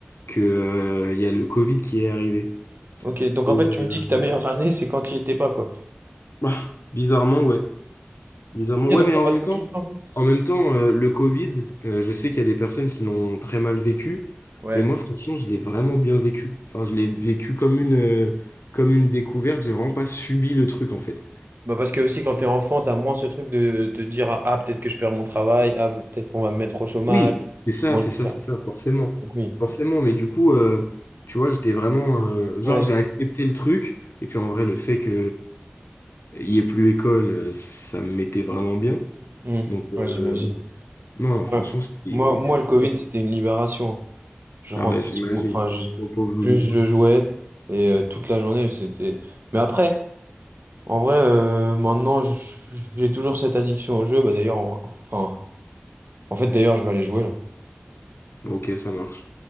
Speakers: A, on the left; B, on the right.
A: que, euh, il y a le Covid qui est arrivé.
B: Ok, donc
A: Et,
B: en fait, tu
A: euh,
B: me dis que ta meilleure année, c'est quand tu n'y étais pas, quoi.
A: <laughs> bah, bizarrement, ouais. Bizarrement,
B: Ok, donc
A: ouais, mais
B: t'as
A: en
B: pas
A: même
B: trop
A: temps,
B: kiffé, en fait.
A: en même temps, euh, le Covid, euh, je sais qu'il y a des personnes qui l'ont très mal vécu,
B: Ouais.
A: mais moi, franchement, je l'ai vraiment bien vécu. Enfin, je l'ai vécu comme une, euh, comme une découverte. J'ai vraiment pas subi le truc, en fait.
B: Bah parce que aussi, quand t'es enfant, t'as moins ce truc de te dire, ah, ah, peut-être que je perds mon travail, ah, peut-être qu'on va me mettre au chômage,
A: Oui, c'est ça,
B: comment
A: c'est
B: le
A: ça,
B: faire?
A: c'est ça, forcément.
B: Donc oui.
A: Forcément, mais du coup, euh, tu vois, j'étais vraiment. euh, genre,
B: Ouais.
A: j'ai accepté le truc, et puis en vrai, le fait que euh, il y ait plus école, euh, ça me mettait vraiment bien.
B: Mm.
A: Donc, euh,
B: Ouais, j'imagine.
A: non, franchement,
B: Ouais.
A: c'était
B: Moi, moi,
A: c'était
B: le Covid,
A: top.
B: c'était une libération. hein. Je rentrais
A: Ah ben, j'imagine.
B: sur mon- Enfin, je-
A: Mon pauvre loulou.
B: juste je jouais et euh, toute la journée, c'était... Mais après, en vrai, euh, maintenant, je- j'ai toujours cette addiction au jeu. Bah, d'ailleurs, en... enfin, en fait, d'ailleurs, je vais aller jouer là.
A: Ok, ça marche.